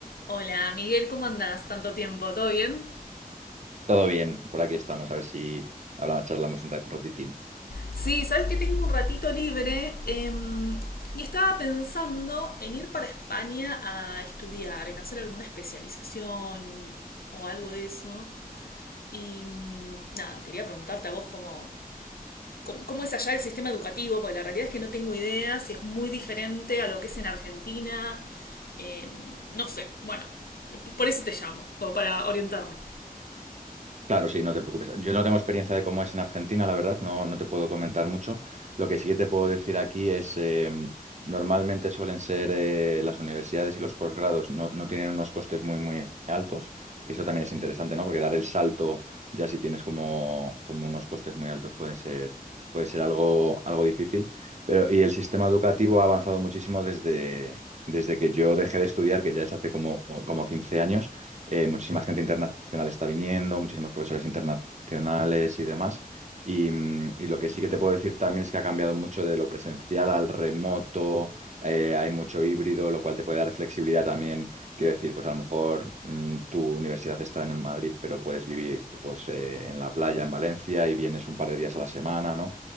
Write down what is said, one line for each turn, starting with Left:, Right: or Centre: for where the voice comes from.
Left: Hola, Miguel, ¿cómo andás? Tanto tiempo, ¿todo bien?
Right: Todo bien, por aquí estamos, a ver si hablamos, charlamos un ra- un ratitín.
Left: Sí, sabes que tengo un ratito libre em, y estaba pensando en ir para España a estudiar, en hacer alguna especialización o algo de eso. Y mm, nada, quería preguntarte a vos cómo, cómo, cómo es allá el sistema educativo, porque la realidad es que no tengo idea si es muy diferente a lo que es en Argentina. Em, no sé, bueno, p- por eso te llamo, como para orientarme.
Right: Claro, sí, no te preocupes. Yo no tengo experiencia de cómo es en Argentina, la verdad, no, no te puedo comentar mucho. Lo que sí que te puedo decir aquí es, em, normalmente suelen ser eh, las universidades y los posgrados no, no tienen unos costes muy, muy altos, que eso también es interesante, ¿no? Porque dar el salto, ya si tienes como, como unos costes muy altos, puede ser, puede ser algo, algo difícil. Pero, y el sistema educativo ha avanzado muchísimo desde, desde que yo dejé de estudiar, que ya es hace como, como quince años eh, muchísima gente internacional está viniendo, muchísimos profesores internacionales y demás. Y, mm, y lo que sí que te puedo decir también es que ha cambiado mucho de lo presencial al remoto, eh, hay mucho híbrido, lo cual te puede dar flexibilidad también. Quiero decir, pues a lo mejor mm, tu universidad está en Madrid, pero puedes vivir pues, eh, en la playa, en Valencia, y vienes un par de días a la semana, ¿no?